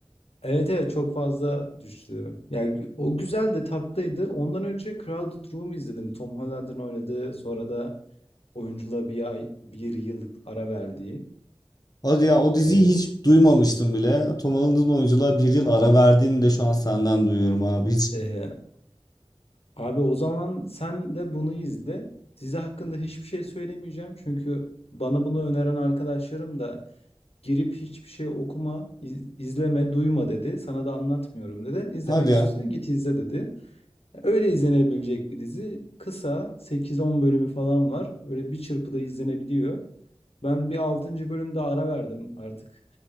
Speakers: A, on the left; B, on the left.
A: evet evet çok fazla düştü. Yani o güzeldi, tatlıydı. Ondan önce Crowded Room izledim. Tom Holland'ın oynadığı, sonra da oyunculuğa bir ay, bir yıl ara verdiği.
B: Hadi ya o diziyi
A: Ee,
B: hiç duymamıştım bile. Tom Holland'ın oyunculuğa bir yıl ara verdiğini de şu an senden duyuyorum abi. Hiç.
A: e, abi o zaman sen de bunu izle. Dizi hakkında hiçbir şey söylemeyeceğim. Çünkü bana bunu öneren arkadaşlarım da Girip hiçbir şey okuma, iz- izleme, duyma dedi. Sana da anlatmıyorum dedi. İzlemek
B: Hadi
A: istiyorsan
B: ya.
A: git izle dedi. Öyle izlenebilecek bir dizi. Kısa, sekiz on bölümü falan var. Böyle bir çırpıda izlenebiliyor. Ben bir altıncı bölümde ara verdim artık.